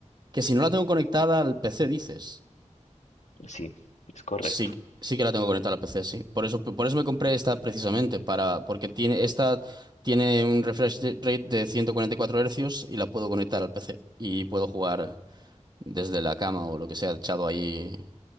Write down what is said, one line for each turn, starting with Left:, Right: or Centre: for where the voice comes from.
Right: que si no la tengo conectada al PC, dices.
Left: Sí, es correcto.
Right: Sí, sí que la tengo conectada al PC, sí. Por eso, por eso me compré esta precisamente, para, porque tiene, esta tiene un refresh de- rate de 144 Hz y la puedo conectar al PC y puedo jugar. desde la cama o lo que sea, echado ahí